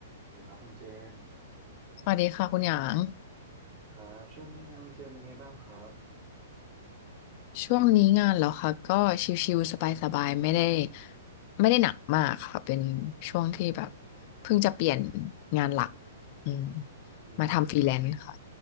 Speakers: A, on the right; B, on the left.
A: สวัสดีครับคุณเจน
B: สวัสดีค่ะคุณหยาง
A: ครับช่วงนี้งานคุณเจนเป็นไงบ้างครับ
B: ช่วงนี้งานเหรอคะก็ชิวๆสบายๆไม่ได้ไม่ได้หนักมากค่ะเป็นช่วงที่แบบเพิ่งจะเปลี่ยนงานหลักอืม
A: อืม
B: มาทำฟรีแลนซ์ค่ะ